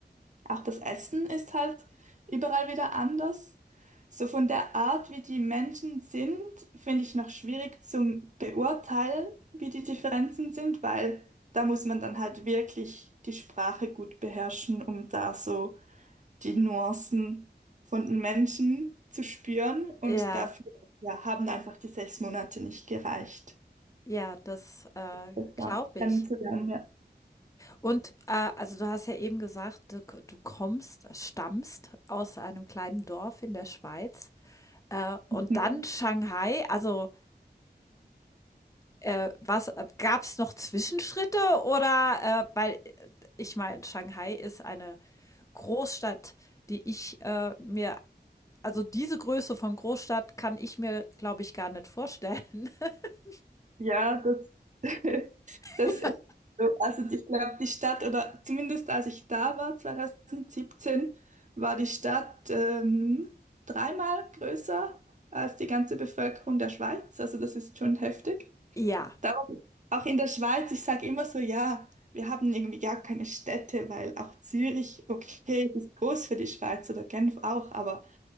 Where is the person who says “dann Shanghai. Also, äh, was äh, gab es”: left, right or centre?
Left